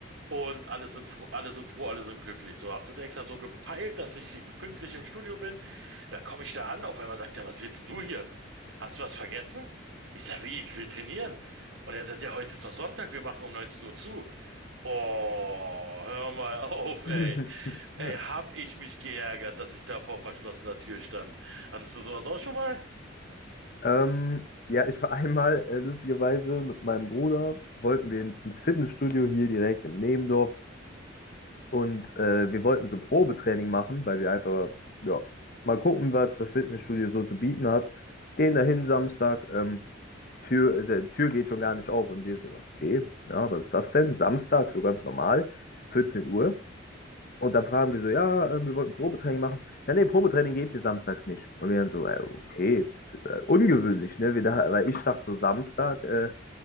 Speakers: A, on the right; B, on the left.
A: und alle sind froh, alle sind froh, alle sind glücklich. So, hab das extra so gepeilt, dass ich pünktlich im Studio bin. Da komme ich da an, auf einmal sagt er, was willst denn du hier? Hast du was vergessen? Ich sag, wie, ich will trainieren. Und er sagt, ja, heute ist doch Sonntag, wir machen um 19 Uhr zu. Oh, hör mal <laughs> auf, ey.
B: <laughs>
A: Ey, hab ich mich geärgert, dass ich da vor verschlossener Tür stand. Hattest du sowas auch schon mal?
B: Ähm, ja, ich war einmal äh, lustigerweise mit meinem Bruder, wollten wir in, ins Fitnessstudio hier direkt im Nebendorf und äh, wir wollten so Probetraining machen, weil wir einfach, ja, mal gucken, was das Fitnessstudio so zu bieten hat. Gehen dahin Samstag, ähm, Tür, äh, der Tür geht schon gar nicht auf und wir so, okay, ja, was ist das denn? Samstag, so ganz normal, 14 Uhr. Und dann fragen wir so, ja, äh, wir wollten Probetraining machen. Ja, nee, Probetraining geht hier samstags nicht. Und wir dann so, äh, okay, äh, ungewöhnlich, ne? Wir da, weil ich dachte so Samstag, äh,